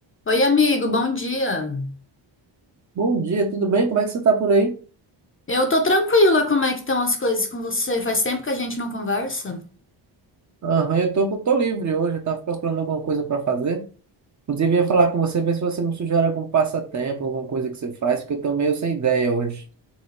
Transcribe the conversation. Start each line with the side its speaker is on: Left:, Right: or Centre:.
Left: Oi, amigo, bom dia.
Right: Bom dia, tudo bem? Como é que você tá por aí?
Left: Eu tô tranquila, como é que estão as coisas com você? Faz tempo que a gente não conversa?
Right: Aham, eu tô, tô livre hoje, eu tava procurando alguma coisa para fazer. Inclusive, ia falar com você, ver se você me sugere algum passatempo, alguma coisa que você faz, porque eu tô meio sem ideia hoje.